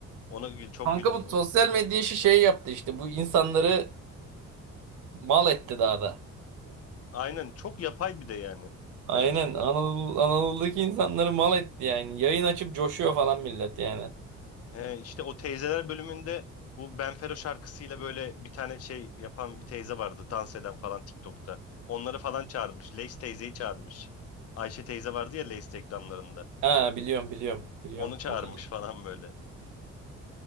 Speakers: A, on the left; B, on the right.
A: Ona gül, çok
B: Kanka
A: güldüm
B: bu
A: o.
B: sosyal medya işi şey yaptı işte. Bu insanları mal etti daha da.
A: Aynen çok yapay bir de yani
B: Aynen
A: bence.
B: Anadolu, Anadolu'daki insanları mal etti yani. Yayın açıp coşuyor falan millet yani.
A: Ee, işte o teyzeler bölümünde bu Benfero şarkısıyla böyle bir tane şey yapan bir teyze vardı. Dans eden falan TikTok'ta. Onları falan çağırmış. Lace teyzeyi çağırmış. Ayşe teyze vardı ya Lace reklamlarında.
B: Ha biliyorum biliyorum biliyorum
A: Onu çağırmış
B: o kadar.
A: falan böyle.